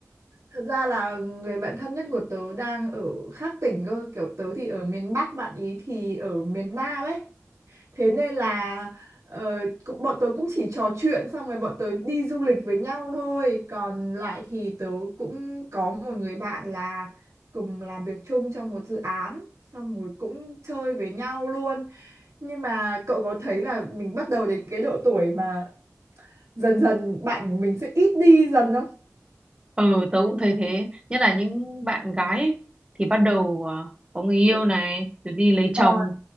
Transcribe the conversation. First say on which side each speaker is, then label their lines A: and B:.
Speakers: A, on the right; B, on the right.
A: Thật ra là người bạn thân nhất của tớ đang ở khác tỉnh cơ, kiểu tớ thì ở miền Bắc, bạn ý thì ở miền Nam ấy. Thế nên là ờ, cũng- bọn tớ cũng chỉ trò chuyện xong rồi bọn tớ đi du lịch với nhau thôi. Còn lại thì tớ cũng có một người bạn là cùng làm việc chung trong một dự án, xong rồi cũng chơi với nhau luôn. Nhưng mà cậu có thấy là mình bắt đầu đến cái độ tuổi mà dần dần bạn của mình sẽ ít đi dần không?
B: ừ tớ cũng thấy thế nhất là những bạn gái ấy, thì bắt đầu à, có người yêu này rồi đi lấy chồng
A: Ờ,